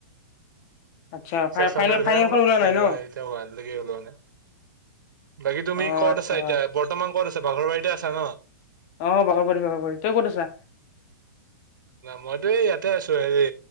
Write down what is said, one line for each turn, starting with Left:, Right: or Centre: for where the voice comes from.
Left: আচ্ছা
Right: চেচনেল
Left: ফাইনেল ফাইনেলখন
Right: হে হ'ব
Left: ওলোৱা
Right: কিন্তু
Left: নাই ন?
Right: এতিয়া লৈকে ওলোৱা নাই। বাকী তুমি
Left: অ'
Right: ক'ত
Left: আচ্ছা
Right: আছা এতিয়া বৰ্তমান। ক'ত আছা বাঘৰ বাৰীতে আছা ন।
Left: অ' বাঘৰবাৰী বাঘৰবাৰী তই ক'ত আছা?
Right: মইতো এইয়াত। এই আছোঁ হেৰি